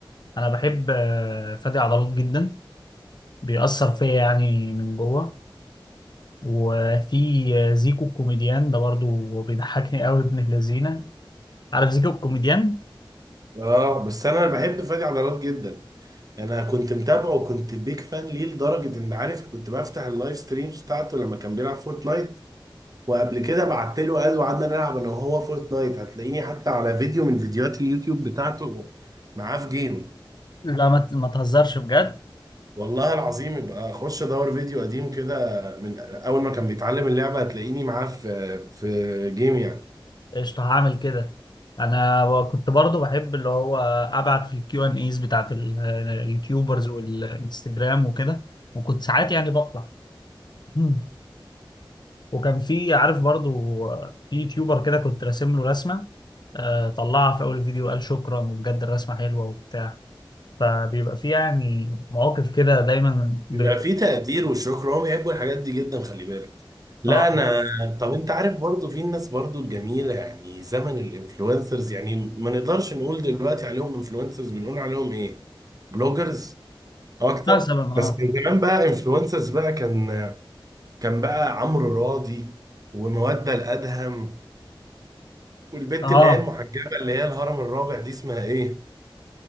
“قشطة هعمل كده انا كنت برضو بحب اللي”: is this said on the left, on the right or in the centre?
Left